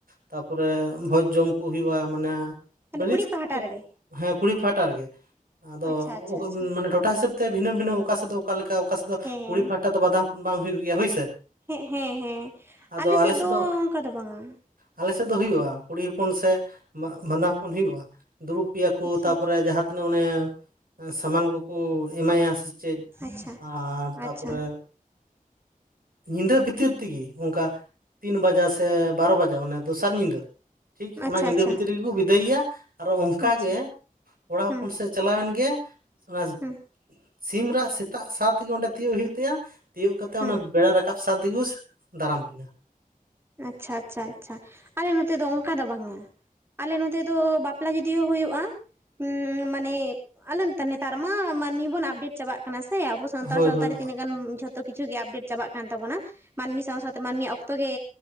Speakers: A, on the right; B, on the right.
A: ᱛᱟᱨᱯᱚᱨᱮ ᱵᱷᱚᱡᱽ ᱡᱚᱢ ᱠᱚ ᱦᱩᱭᱩᱜᱼᱟ ᱢᱟᱱᱮᱼᱼ
B: ᱢᱟᱱᱮ
A: ᱵᱟᱹᱨᱤᱭᱟᱹᱛ
B: ᱠᱩᱲᱤ ᱯᱟᱦᱴᱟ
A: ᱠᱚ
B: ᱨᱮᱜᱮ
A: ᱦᱮᱸ ᱠᱩᱲᱤ ᱯᱷᱟᱴᱟ ᱨᱮᱜᱮ ᱟᱫᱚᱼᱼ
B: ᱟᱪᱪᱷᱟ ᱟᱪᱪᱷᱟ ᱟᱪᱪᱷᱟ
A: ᱢᱟᱱ ᱴᱚᱴᱷᱟ ᱦᱤᱥᱟᱹᱵ ᱛᱮ ᱵᱷᱤᱱᱟᱹ ᱵᱷᱤᱱᱟᱹ ᱚᱠᱟ ᱥᱮᱫ ᱫᱚ ᱚᱠᱟ ᱞᱮᱠᱟᱠᱟ ᱚᱠᱟ ᱥᱮᱫ ᱫᱚ
B: ᱦᱮᱸ
A: ᱠᱩᱲᱤ
B: ᱦᱮᱸ
A: ᱯᱟᱦᱴᱟ ᱫᱚ ᱵᱟᱫᱟ ᱦᱚᱯᱚᱱ ᱵᱟᱝ ᱦᱩᱭᱩᱜ ᱜᱮᱭᱟ ᱦᱳᱭᱥᱮ᱾
B: ᱦᱮ ᱦᱮᱸ ᱦᱮᱸ
A: ᱟᱫᱚ
B: ᱟᱞᱮᱥᱮᱫ
A: ᱟᱞᱮ ᱥᱮᱫ
B: ᱫᱚ ᱚᱱᱠᱟ ᱫᱚ ᱵᱟᱝ ᱟ᱾
A: ᱟᱞᱮ ᱥᱮᱫ ᱫᱚ ᱦᱩᱭᱩᱜᱼᱟ ᱠᱩᱲᱤ ᱦᱚᱯᱚᱱ ᱥᱮ ᱵᱷᱟᱫᱟ ᱦᱚᱯᱚᱱ ᱦᱩᱭᱩᱜᱼᱟ᱾ ᱫᱩᱲᱩᱵ ᱯᱮᱭᱟ ᱠᱚ
B: ᱟᱪᱪᱷᱟ
A: ᱛᱟᱨᱯᱚᱨᱮ
B: ᱟᱪᱪᱷᱟ
A: ᱡᱟᱦᱟᱸ ᱛᱤᱱᱟᱹᱜ ᱚᱱᱮᱼᱼ ᱥᱟᱢᱟᱱ ᱠᱚᱠᱚ ᱮᱢᱟᱭᱟ ᱥᱮ ᱪᱮᱫ
B: ᱟᱪᱪᱷᱟ
A: ᱟᱨ ᱛᱟᱨᱯᱚᱨᱮᱼᱼ
B: ᱟᱪᱪᱷᱟ
A: ᱧᱤᱫᱟᱹ ᱵᱷᱤᱛᱤᱨ ᱛᱮᱜᱮ ᱚᱱᱠᱟ ᱛᱤᱱ ᱵᱟᱡᱟᱜ ᱥᱮ ᱵᱟᱨᱚ ᱵᱟᱡᱟᱜ ᱟᱱᱮ ᱫᱚᱥᱟᱨ ᱧᱤᱫᱟᱹᱼᱼ ᱴᱷᱤᱠ
B: ᱟᱪᱪᱷᱟ
A: ᱚᱱᱟ ᱧᱤᱫᱟᱹ
B: ᱟᱪᱪᱷᱟ
A: ᱵᱷᱤᱛᱨᱤ ᱨᱮᱜᱮᱠᱚ ᱵᱤᱫᱟᱹᱭᱮᱭᱟ ᱟᱨᱚ ᱚᱱᱠᱟᱜᱮᱼᱼ
B: ᱟᱪᱪᱷᱟ
A: ᱠᱚᱲᱟ ᱦᱚᱯᱚᱱ
B: ᱦᱮᱸ
A: ᱥᱮᱫ ᱪᱟᱞᱟᱣ ᱮᱱ ᱜᱮᱼᱼ ᱚᱱᱟ
B: ᱦᱮᱸ
A: ᱥᱤᱢ ᱨᱟᱜ ᱥᱮᱛᱟᱜ ᱥᱟᱶ ᱛᱮᱜᱮ ᱚᱸᱰᱮ ᱛᱤᱭᱳᱜ ᱦᱩᱭᱩᱜ ᱛᱟᱭᱟ᱾ ᱛᱤᱭᱳᱜ ᱠᱟᱛᱮ
B: ᱦᱮᱸ
A: ᱚᱱᱟ ᱵᱮᱲᱟ ᱨᱟᱠᱟᱵ ᱥᱟᱣ ᱛᱮᱜᱮ ᱫᱟᱨᱟᱢ ᱠᱤᱱᱟᱹᱼᱼ
B: ᱟᱪᱪᱷᱟ ᱟᱪᱪᱷᱟ ᱟᱪᱷᱟ ᱟᱞᱮ ᱱᱚᱛᱮ ᱫᱚ ᱚᱱᱠᱟ ᱫᱚ ᱵᱟᱝᱟ᱾ ᱟᱞᱮ ᱱᱚᱚᱛ ᱫᱚ ᱵᱟᱯᱞᱟ ᱡᱩᱫᱤᱭᱳ ᱦᱩᱭᱩᱜᱭᱳᱼᱟ᱾ ᱦᱩᱸ ᱢᱟᱱᱮ ᱟᱞᱮ ᱱᱮᱛᱟᱨ ᱢᱟ ᱢᱟᱱᱢᱤ ᱵᱚᱱ ᱟᱯᱰᱮᱴ ᱪᱟᱵᱟᱜ ᱠᱟᱱ᱾ ᱠᱟᱱᱟ ᱥᱮ ᱟᱵᱚ ᱥᱟᱱᱛᱟᱲ
A: ᱦᱳᱭ
B: ᱥᱟᱶᱛᱟᱮ
A: ᱦᱳᱭ
B: ᱨᱮ ᱛᱤᱱᱟᱹᱜ ᱜᱟᱱ ᱡᱷᱚᱛᱚᱼᱼ ᱡᱚᱛᱚ ᱠᱤᱪᱷᱩ ᱜᱮ ᱟᱯᱰᱮᱴ ᱪᱟᱵᱟᱜ ᱠᱟᱱ ᱛᱟᱵᱱᱟ ᱢᱟᱹᱱᱢᱤ ᱥᱟᱶ ᱥᱟᱶᱛᱮ ᱢᱟᱹᱱᱢᱤ ᱚᱠᱛᱚ ᱜᱮᱼᱼ